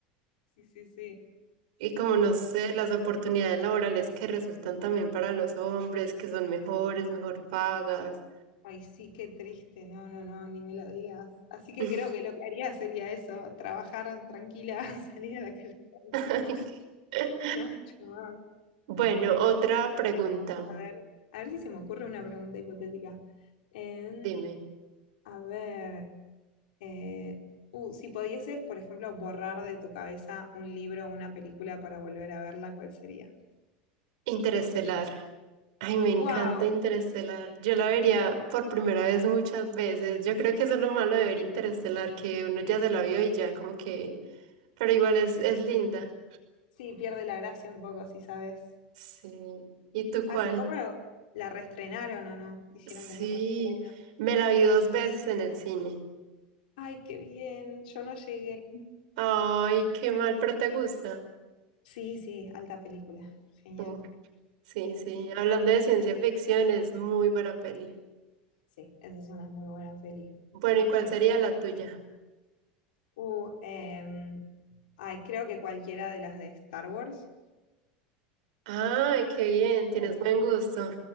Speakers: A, on the left; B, on the right.
A: Sí, sí, sí.
B: Y como
A: Así,
B: no sé, las oportunidades laborales que resultan también para los hombres, que son mejores, mejor pagas.
A: ay, sí, qué triste, no, no, no, ni me lo digas. Así que
B: <laughs>
A: creo que lo que haría sería eso, trabajar tranquila, <laughs> salir a la calle tranquila.
B: Ay, qué-
A: No, mucho más.
B: Bueno, otra pregunta,
A: A ver, a ver si se me ocurre una pregunta hipotética. En-
B: dime.
A: a ver, eh, uh, si pudieses, por ejemplo, borrar de tu cabeza un libro o una película para volver a verla, ¿cuál sería?
B: Interestelar. Ay, me encanta
A: ¡Wow!
B: Interestelar. Yo la vería por primera vez muchas veces. Yo creo que eso es lo malo de ver Interestelar, que uno ya se la vio y ya como que... Pero igual es, es linda.
A: Sí, pierde la gracia un poco, si sabes.
B: Sí. ¿Y tú
A: Hace
B: cuál?
A: poco lo- la reestrenaron o no, hicieron
B: Sí,
A: como un reestreno.
B: me la vi dos veces en el cine.
A: Ay, qué bien, yo no llegué.
B: Ay, qué mal, pero te gusta.
A: Sí, sí, alta película, genial.
B: Uf, sí, sí. Hablando de ciencia ficción, es muy buena peli.
A: Sí, esa es una muy buena peli.
B: Bueno, ¿y cuál
A: Re.
B: sería la tuya?
A: Uh, em, ay, creo que cualquiera de las de Star Wars.
B: Ay, qué bien, tienes
A: Em.
B: buen gusto.